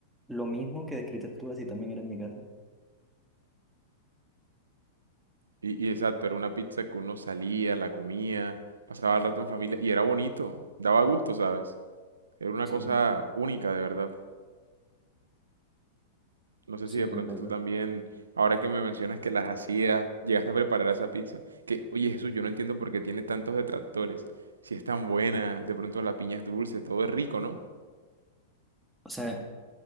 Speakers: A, in the centre; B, on the right.
A: Lo mismo que describiste tú, así también era en mi casa.
B: Y, y exacto, era una pizza que uno salía, la comía, pasaba el rato en familia y era bonito, daba gusto, ¿sabes? Era una
A: Sí,
B: cosa única, de verdad. No sé
A: sí,
B: si de pronto
A: es verdad.
B: tú también, ahora que me mencionas que las hacías, llegaste a preparar esa pizza. Que, oye, Jesús, yo no entiendo por qué tiene tantos detractores. Si es tan buena, de pronto la piña es dulce, todo es rico, ¿no?
A: O sea,